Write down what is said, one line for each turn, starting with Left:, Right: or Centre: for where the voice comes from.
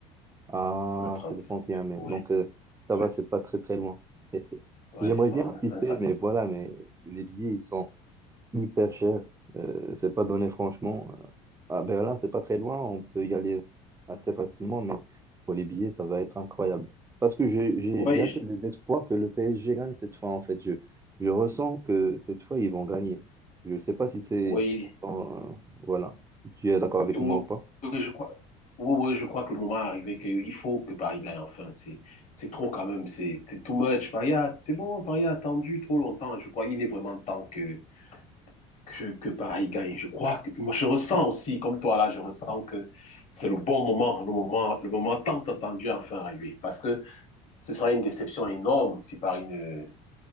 Right: Ah,
Left: Oui, Le 31
Right: c'est le 31
Left: mai,
Right: mai.
Left: oui.
Right: Donc euh, ça
Left: Oui,
Right: va, c'est
Left: c'est
Right: pas très très loin. <laughs>
Left: ouais,
Right: J'aimerais
Left: c'est ça,
Right: bien
Left: un,
Right: assister,
Left: un samedi.
Right: mais voilà, mais les billets ils sont hyper cher. Euh, c'est pas donné franchement. Euh, À Berlin, c'est pas très loin, on peut y aller assez facilement, mais pour les billets, ça va être incroyable. Parce que j'ai j'ai-
Left: Oui,
Right: j'ai un
Left: j'ai-
Right: peu d'espoir que le PSG gagne cette fois, en fait. Je, je ressens que cette fois, ils vont gagner. Je sais pas si c'est...
Left: oui,
Right: euh, voilà. Si Tu es d'accord avec
Left: oui,
Right: moi ou pas?
Left: oui, je crois. Oui, oui, je crois que le moment est arrivé qu'il faut que Paris gagne enfin. C'est, c'est trop quand même, c'est, c'est too much. Paris a, c'est bon, Paris a attendu trop longtemps. Je crois qu'il est vraiment temps que que, que Paris gagne. Je crois que moi, je ressens aussi, comme toi là, je ressens que c'est le bon moment, le moment, le moment tant attendu à enfin arrivé. Parce que ce sera une déception énorme si Paris ne,